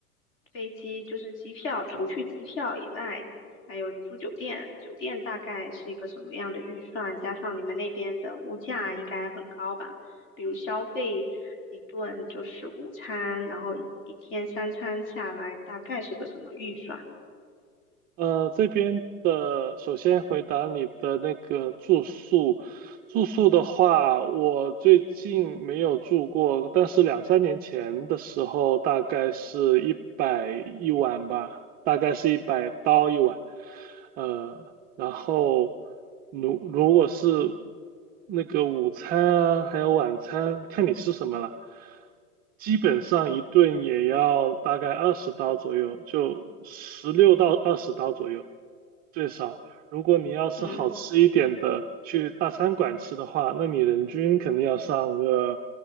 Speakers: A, on the left (about 45°); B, on the right (about 20°).
A: 飞机，就是机票，除去机票以外，还有住酒店，酒店大概是一个什么样的预算？加上你们那边的物价应该很高吧？比如消费一顿就是午餐，然后一一天三餐下来，大概是个什么预算呢？
B: 呃，这边的首先回答你的那个住宿，住宿的话，我最近没有住过，但是两三年前的时候，大概是一百一晚吧，大概是一百刀一晚。呃，然后如如果是那个午餐啊，还有晚餐，看你吃什么了，基本上一顿也要大概二十刀左右，就十六到二十刀左右最少。如果你要是好吃一点的，
A: 嗯。
B: 去大餐馆吃的话，那你人均肯定要上个